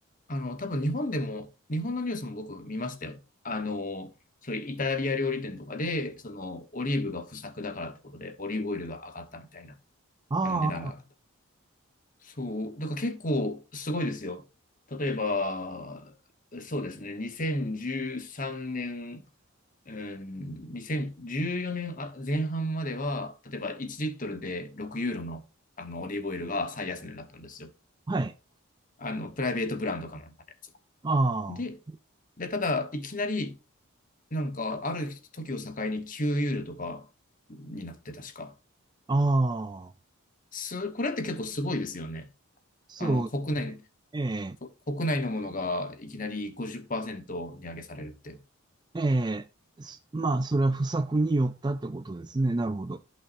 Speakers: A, on the left; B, on the right.
A: あの、多分日本でも、日本のニュースも僕見ましたよ。あの、そういうイタリア料理店とかで、その、オリーブが不作だからってことで、オリーブオイルが上がったみたいな、
B: ああ、
A: あの、値段が上がった。そう、だから結構すごいですよ。例えば、そうですね、2013年、うん、2014年あ前半までは、例えば1リットルで6ユーロの、あのオリーブオイルが最安値だったんですよ。
B: はい。
A: あの、プライベートブランドかなんかで。
B: ああ、
A: で、で、ただ、いきなり、なんか、ある時を境に9ユーロとかになって、確か。
B: ああ、
A: す、これって結構すごいですよね。
B: そうですね。
A: あの、国内、
B: え
A: 国内のものがいきなり50%値上げされるって。
B: え、ええ、すまあ、それは不作によったってことですね。なるほど。